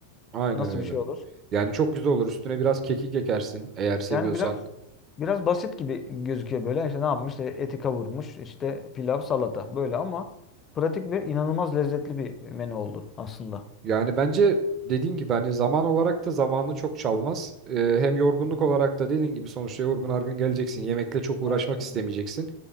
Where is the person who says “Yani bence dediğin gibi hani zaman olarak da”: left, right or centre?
Right